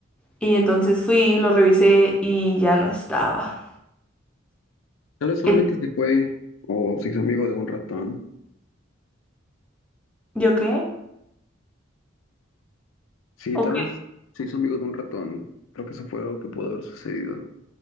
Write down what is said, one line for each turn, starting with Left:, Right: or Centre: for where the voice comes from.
Centre: Y entonces fui, lo revisé y ya no estaba.
Left: Tal vez solamente
Centre: El,
Left: se fue o se hizo amigo de un ratón.
Centre: ¿yo qué?
Left: Sí,
Centre: ¿O
Left: tal
Centre: qué?
Left: vez se hizo amigo de un ratón. Creo que eso fue algo que pudo haber sucedido.